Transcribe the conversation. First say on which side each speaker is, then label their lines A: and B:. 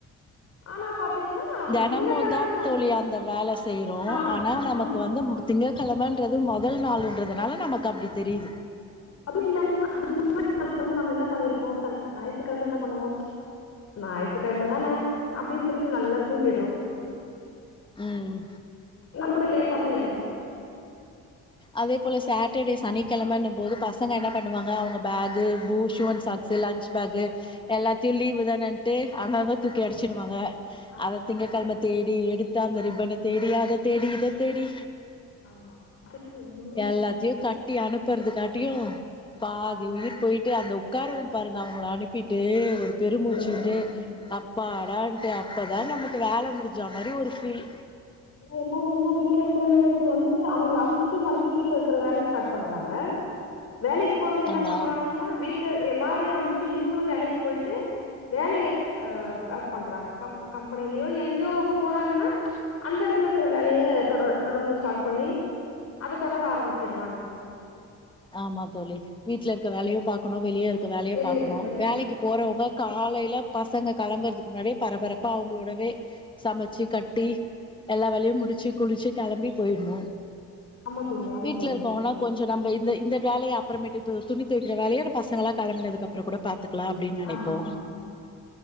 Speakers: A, on the left; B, on the left.
A: ஆனா பாத்தீங்கன்னா அந்த
B: தினமுந்தா
A: திங்கக்கெழமன்னு
B: தோழி அந்த வேல செய்யிறோ
A: ஆ
B: ஆனா நமக்கு
A: ஆமா
B: வந்து திங்கக் கிழமன்றது மொதல் நாள்ன்றதுனால நமக்கு அப்டி தெரியுது
A: அதுவு இல்லாம அதுக்கு முன்னாடி வந்து நம்ம என்ன பண்ணிருப்போ ஞாயிற்றுக்கிழம என்ன பண்ணுவோ ஞாயித்துகிழம தானே அப்டின்னு சொல்லிட்டு நல்லா தூங்கிடுறோ
B: ம்
A: நம்மளு லேட்டா தா எழுந்துவோ
B: அதேபோ சாட்டர்டே சனிக்கிழமன்னு போது பசங்க என்ன பண்ணுவாங்க அவுங்க bag boots shoe and sock lunch bag எல்லாத்தையு லீவு தானேன்ட்டு அங்கங்க தூக்கி அடிச்சிடுவாங்க
A: ஆமா
B: அத திங்ககிழம தேடி எடுத்து அந்த ரிப்பன தேடி அத தேடி இத தேடி
A: ஆமா அதுக்குனு <unintelligible>
B: எல்லாத்தையு கட்டி அனுப்புறதுக்காட்டியு பாதி உயிர் போயிட்டு அந்த உக்காருவோ பாருங்க அவங்கள அனுப்பிட்டு ஒரு பெரு மூச்சுவிட்டு
A: ஆமா ஆனா
B: அப் அப்படான்ட்டு அப்பதா நமக்கு வேல முடிஞ்ச மாரி ஒரு ஃபீல்
A: இதுல என்ன ஒண்ணுனா வீட்ல இருக்கிறவங்களுக்கு வந்து அவுங்கள அம்ச்சுட்டு மறுபடியு வீட்ல இருக்கற வேலைய ஸ்டார்ட் பண்றாங்க வேலைக்கு போறவங்க என்னா
B: ஆமா
A: பண்றாங்கன்னா வீட்ல எல்லாரையு அம்ச்சுட்டு இவங்களு வேலைக்கு போயிட்டு வேலைய அ ஸ்டார்ட் பண்றாங்க க கம்பெனிலயோ எங்கயோ அவங்க போறாங்கன்னா அந்த எடத்துல இருக்கற வேலைய தொடர் தொடந்து ஸ்டார்ட் பண்ணி அத தொடர ஆரம்பிச்சிர்றாங்க
B: ஆமா தோழி வீட்ல இருக்க வேலயு பாக்கணு வெளிய இருக்க வேலையு
A: வெளிய
B: பாக்கணு
A: இருக்கிற வேலையு
B: வேலைக்கு
A: பாக்கணு
B: போறவங்க காலைல பசங்க கெளம்பறதுக்கு முன்னாடியே பரபரப்பா அவங்களோடவே சமைச்சு கட்டி எல்லா வேலையு முடிச்சு குளிச்சு கிளம்பி போயிட்ணு
A: ஆமா தோழி ஆமா
B: வீட்ல
A: தோழி
B: இருக்கவங்கன்னா கொஞ்ச நம்ம இந்த இந்த வேலைய அப்பறமேட்டு துணி தொவைக்கிற வேலைய பசங்களா கெளம்பனதுக்கு அப்பறோ கூட பாத் துக்லா அப்டின் நெனைப்போ
A: ஆமா